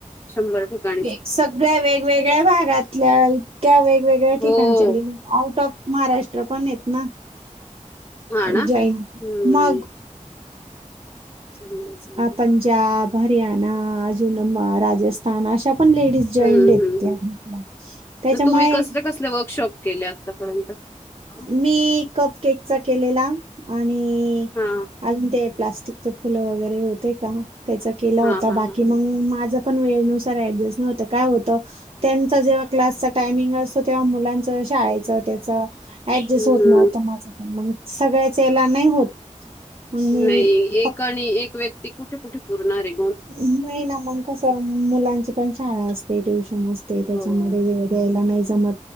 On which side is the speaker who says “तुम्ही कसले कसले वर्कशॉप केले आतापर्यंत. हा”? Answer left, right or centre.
Left